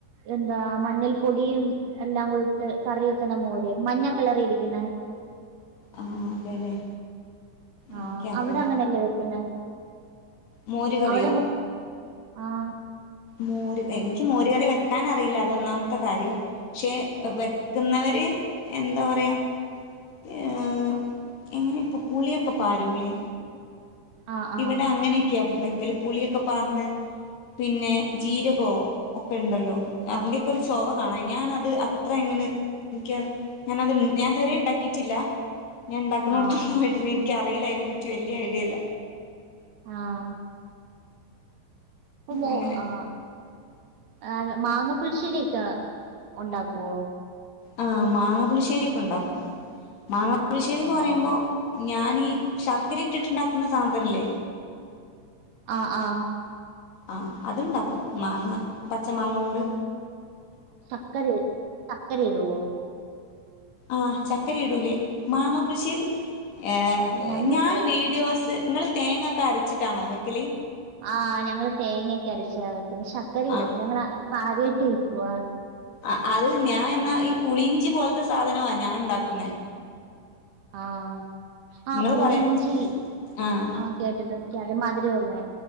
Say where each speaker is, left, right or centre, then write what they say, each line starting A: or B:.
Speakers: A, on the right; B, on the left.
A: എന്താ മഞ്ഞൾ പൊടിയും എല്ലാം ഇട്ട് കറി വെക്കുന്ന മോര് മഞ്ഞ കളറിരിക്കുന്നെ
B: ആ അതെല്ലേ. എനിക്കറിയില്ല
A: ആഹ് അവിടെ ങ്ങനല്ലേ വെക്കുന്നെ.
B: മോര് കറിയോ
A: അവിടെ <unintelligible> ആഹ്.
B: മോര് എനിക്ക് മോര് കറി വെക്കാനറിയില്ല അതൊന്നാമത്തെ കാര്യം. ക്ഷെ വെക്കുന്നവര്. എന്താ പറയാ ഏ ഹ് എങ്ങനെപ്പം പുളിയൊക്കെ പാരൂലെ.
A: ആഹ് ആഹ്
B: ഇവിടെ അങ്ങനെയൊക്കെയാ വെക്കല് പുളിയൊക്കെ പാർന്ന് പിന്നെ. ജീരകോ ഒക്കെ ഉണ്ടല്ലോ അതിന്റൊക്കെ
A: ആഹ്
B: ഒരു ചൊവ. <unintelligible> ഞാനത് അത്ര ങ്ങട് ൻക്ക് ഞാനത് ഞാതുവരെ ണ്ടാക്കിറ്റില്ല. ഞാണ്ടാക്കുണോട്ത്ത്
A: ആഹ്
B: പോയിട്ടില്ല ഇൻക്കറീല്ല അയിനെ പറ്റി വല്ല്യ ഐഡിയല്ല.
A: ആഹ്. ഇപ്പ മോ
B: അങ്ങനെ
A: ആ ഏ മാങ്ങ പുളിശ്ശേരി ക്ക. ഉണ്ടാക്കുവോ?
B: ആഹ് മാങ്ങ പുളിശ്ശേരിക്കെ ഉണ്ടാക്കും മാങ്ങപുളിശ്ശേരിന്ന്
A: ആഹ്
B: പറയുമ്പോ. ഞാനീ ശർക്കര ഇട്ടിട്ടുണ്ടാക്കുന്ന സാധാനല്ലേ?
A: ആ ആഹ്.
B: ആ അത്ണ്ടാക്കും മാങ്ങ പച്ച മാങ്ങോണ്ട്.
A: സക്കര സക്കര ഇടുവോ?
B: ആഹ് ചക്കര ഇടൂലേ മാങ്ങ ളിശേരി ഏഹ്
A: ഞങ്ങള്
B: ഞാൻ വീഡിയോസ് ങ്ങള് തേങ്ങക്കെ അര വച്ചിട്ടാണോ വെക്കലി
A: ആഹ് ഞങ്ങള് തേങ്ങൊക്കെ അരച്ചാ വെക്കല് ശക്കര ഇടത്തില്ല
B: ആഹ്
A: ഞങ്ങള് <unintelligible> വാ.
B: അ അവ് ഞാ എന്നാ ഈ പുളിഞ്ചി പോൽത്തെ സാധനവാ ഞാൻ ഉണ്ടാക്കുന്നേ.
A: ആഹ് ആ
B: ഇങ്ങള്
A: പുളിഞ്ചി
B: പറയും ആഹ്
A: ആ കേട്ടിട്ട് <unintelligible> മാതിരിയ ഉള്ളേ.